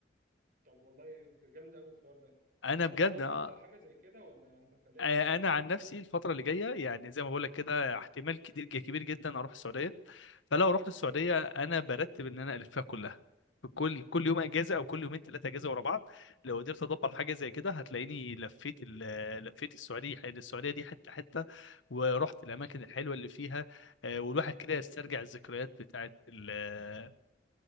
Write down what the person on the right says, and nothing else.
طب والله جامده قوي الحوار ده
طب
عامل
خطه لحاجه زي كده ولا انت مخليها
عشوائي
كده
ان
شاء الله
مم.